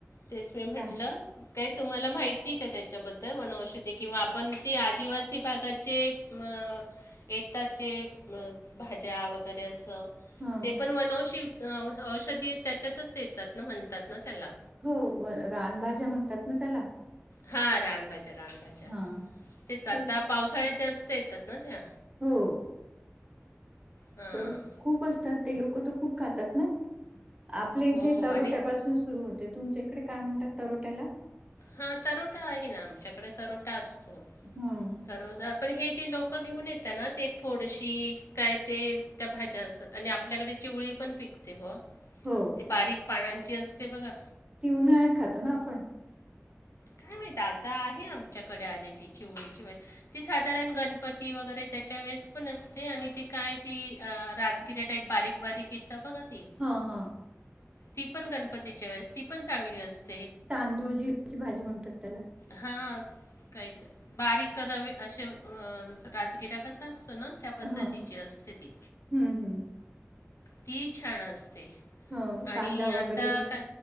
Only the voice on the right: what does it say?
का
हा
हो रानभाज्या म्हणतात ना त्याला
हा
तर
हो
तर खूप असतात ते लोक तर खूप खातात ना आपले इथे
तरोट्यापासून
सुरू होते तुमच्या इकडे काय म्हणतात तरोट्याला
हम्म.
हो
ती उन्हाळ्यात खातो ना आपण
हा हा
तांदूळ जीची भाजी म्हणतात त्याला
हा.
हम्म हम्म
हं कांदा
वगैरे